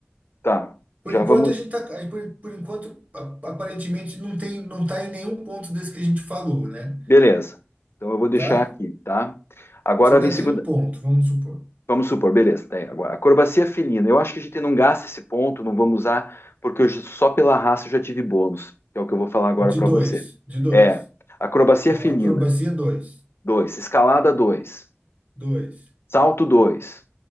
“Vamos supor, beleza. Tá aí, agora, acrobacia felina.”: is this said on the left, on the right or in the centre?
Left